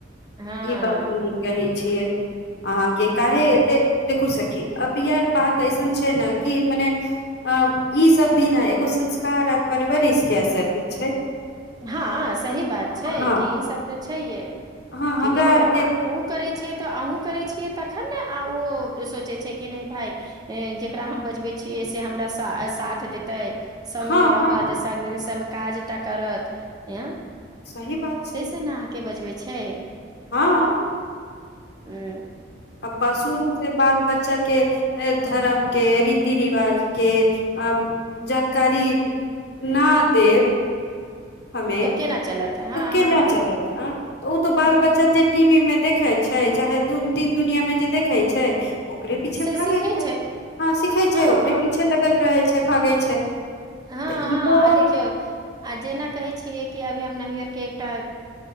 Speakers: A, on the right (about 20°); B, on the left (about 55°).
A: हँ
B: ई बात तो नीक कही छै छियै अहाँ कें
A: ह
B: काहे एतेक देखु सखी अभी आर बात अऐसन छै ने कि मने अ ई सब भी ने एगो संस्कार आर परवरिश के असर भी छै
A: हँ सही बात
B: हँ
A: छै कि ई सब तो छैे
B: हँ
A: कि
B: हमरा
A: देखियौ
B: आरके
A: ओ करे छै तऽ अहुूँ करै छियै तखन ने आ ओ सोचै छै कि नहि भाय जेकरा हम बजबै छियै से हमरा सा साथ देतै सगमे
B: हँ
A: रहत
B: हँ
A: संग स काजटा करत आँ
B: सही बात
A: से
B: छै
A: से ने अहाँके बजबै छै छै
B: हँ
A: हुँ
B: अब सुरु से बाल बच्चा के के धर्म के रीति रिवाज के अ जानकारी न देब हमे
A: तो केना चलत हँ
B: त केना
A: हँ
B: चलत अ ओ तऽ बाल
A: हँ
B: बच्चा जे टीवी मे देख देखै छै चाहे दू तीन दुनिया मे जे देखै छै ओकरे पीछे
A: से
B: भागे
A: सीखै
B: छै हँ सिखे
A: हँ
B: छै ओकरे पीछे लगल रहे छै छै भागै छै
A: हँ हँ
B: तऽ ई तो
A: आ देखिय आ जे न कहै छिय कि अभी हम नैहर के एकटा